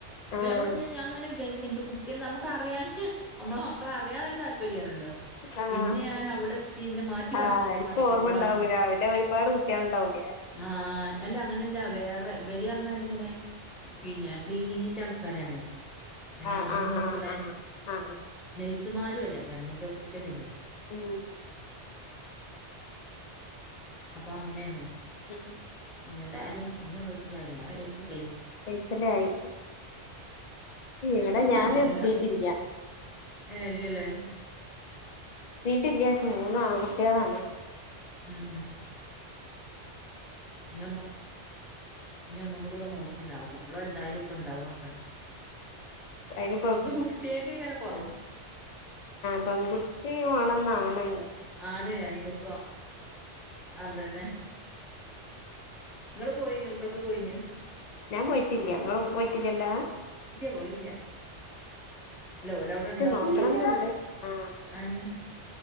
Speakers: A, in the centre; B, on the left (about 60°).
A: അപ്പൊ
B: ആഹ്
A: ഞമ്മള് പഞ്ഞ് ഞാങ്ങനെ ന്റെ കുട്ടി നമുക്കറിയാന് അമ്മളെ മക്കളെ അറിയാനൊരു താല്പര്യാണല്ലോ.
B: ആഹ്
A: പിന്നെ ഞാനവിടെത്തി ന്നെ മാറ്റി കടത്തും
B: ആർക്കും
A: കടത്തുമ്പോളാണ്
B: ഓർമ്മ ഉണ്ടാവൂല രാവിലെ ഒരുപാട് കുട്ടികളുണ്ടാവൂലേ
A: ആ അല്ല അങ്ങനല്ല വേറെ ഇവര്റഞ്ഞാല് ഇങ്ങനെ പിന്നെ ക്ലീനിങ്ങിന്റെ ആൾ ക്കാരാണ് അങ്ങനെ
B: ആഹ്
A: വന്ന്
B: ആഹ്
A: നോക്ക്ണേ
B: ആഹ് ആഹ് ആഹ്
A: സ് സ്മാരും അല്ല ഗവൺമെന്റ് ഓസ്പിറ്റലല്ലേ.
B: ഉം
A: അപ്പൊ ങ്ങനെയാണ്
B: <inaudible>
A: ഏതായാലും <unintelligible>
B: ചേച്ചലായി ഇവിടെ ഞാനെത്തീട്ടില്ല.
A: അല്ല ഏ ഇല്ല്യലേ
B: ത്തീട്ടില്ല്യ. മൂന്നാങ്കുട്ട്യളാണ്.
A: ഉം നി ഒന്നു ഇനി ഒന്നും കൂ ടി നോക്കിന കുട്ട്യള് വലുതായാലും ഇപ്പ ഇണ്ടാവണൊക്കെ ഉണ്ട്.
B: അയിന്
A: ന്റകുട്ടിയക്കെ എങ്ങനെ കൊറവോ
B: പെങ്കുട്ടി വേണന്നാണ്
A: ആണ് അയിനിപ്പം, അതന്നെ ങ്ങള് പോയിനിയൊ ഉമ്രക്ക് പോയിനിയൊ.
B: ഞാൻ പോയിട്ടില്ല്യ, ങ്ങളും പോയിട്ടില്ല്യല്ലാ.
A: ഇല്ല പോയില്ല അല്ല ഓലവ്ടെണ്ടാവുമ്പെ
B: നോക്കണംന്നുണ്ട് ആ
A: അന്നെ